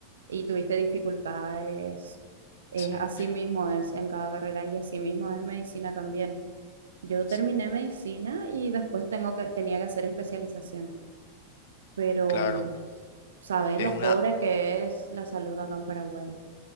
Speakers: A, on the right (about 65°); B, on the left (about 55°).
A: y tuviste dificultades, eh,
B: Sí,
A: así mismo es en cada carrera y así mismo es en medicina también. Yo terminé
B: sí.
A: medicina y después tengo que, tenía que hacer especialización, pero
B: Claro.
A: sabés
B: Es
A: lo
B: una,
A: pobre que es la salud acá en Paraguay.